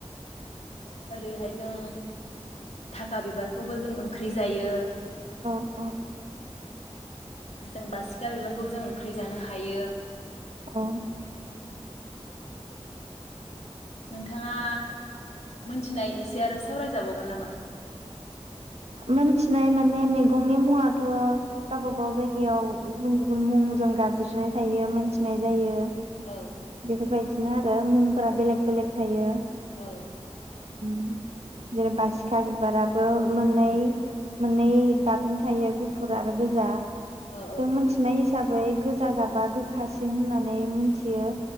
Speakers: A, on the left (about 80°); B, on the right (about 70°).
A: ओरैहाय जों थाखा बिबारखौबो जों ओंख्रि जायो।
B: औ औ
A: जों बासिखा बिबारखौ जों ओंख्रि जानो हायो।
B: औ
A: नोंथाङा मोनथिनाय एसे आरो सावरायजाबावगोन नामा?
B: मोनथिनाय माने मैगंनि मुङाथ' गावबा गाव जायगायाव गुबुन गुबुन मुंजों गाबज्रिनाय थायो मोनथि फिसिनाय जायो
A: औ
B: बेफोरबायदि बिदिनो आरो मुंफोरा बेलेक बेलेक थायो।
A: औ।
B: उम जेनेबा सिखा बिबाराबो मोननै मोननै गाबनि थायो गुफुर आरो गोजा। जों
A: औ
B: मोन्थिनाय हिस हिसाबै गोजा गाबा गोखासिन होननानै मोनथियो।